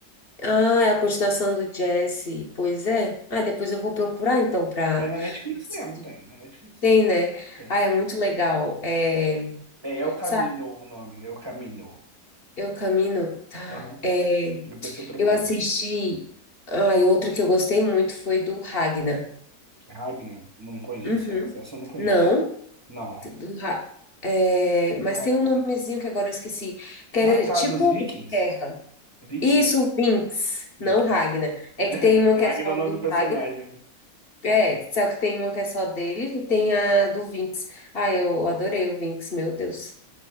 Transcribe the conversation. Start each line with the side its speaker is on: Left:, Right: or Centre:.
Left: Ah, é a continuação do Jesse. Pois é. Ah, depois eu vou procurar então para
Right: É na Netflix
Left: assistir.
Right: mesmo, tem. Na Netflix
Left: Tem,
Right: tem.
Left: né?
Right: Tem.
Left: Ah, é muito legal. É,
Right: É El
Left: sabe,
Right: Camino o nome, El Camino.
Left: eu camino, tá?
Right: Aham.
Left: É,
Right: Depois você procura.
Left: eu assisti. Ah, e outra que eu gostei muito foi do Ragnar.
Right: Ragnar, não conheço
Left: Uhum.
Right: essa. Essa eu não conheço.
Left: Não.
Right: Não.
Left: Ra- é, mas
Right: Ragnar.
Left: tem um nomezinho que agora eu esqueci, que
Right: Ah,
Left: era
Right: tá,
Left: tipo
Right: dos Vikings.
Left: terra.
Right: Vikings.
Left: Isso, Vinx,
Right: Vikings.
Left: não Ragna. É
Right: <laughs>
Left: que tem uma
Right: Ragnar
Left: que é só
Right: é o nome
Left: do
Right: do personagem.
Left: Ragna,
Right: né?
Left: é, só que tem uma que é só dele e tem a do Vinx. Ah, eu adorei o Vinx, meu Deus.